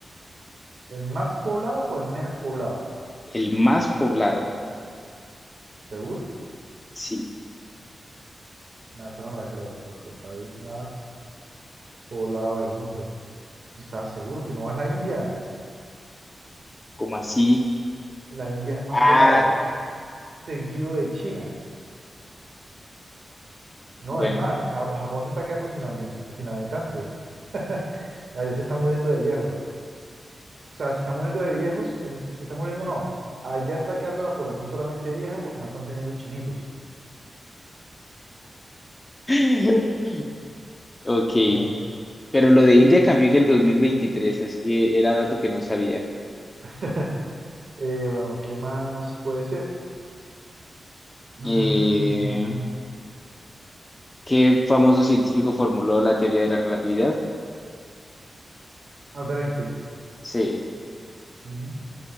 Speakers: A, on the right (about 65°); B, on the left (about 20°).
A: ¿El más poblado o el menos poblado?
B: El más poblado.
A: ¿Seguro?
B: Sí,
A: No, esa no me la creo, pero el país más poblado del mundo. Y estaba seguro que no es la India,
B: como así?
A: la India es el más
B: Ah,
A: poblado, seguido de China. No,
B: bueno.
A: es más, Ja- Japón se está quedando sin, ambin- sin habitantes. <laughs> Ahí se están muriendo de viejos. O sea, se están muriendo de viejos, em, se están muriendo, no. Allá está quedando la población solamente vieja porque no están teniendo chinitos.
B: <laughs> Ok.
A: Bueno,
B: Pero lo de
A: eh,
B: India cambió en el 2023, así que era dato que no sabía.
A: <laughs> eh, bueno, ¿qué más puede ser? Mm,
B: Eh,
A: mm, mm, mm,
B: ¿qué famoso científico formuló la teoría de la relatividad?
A: Albert Einstein.
B: Sí,
A: Ujú.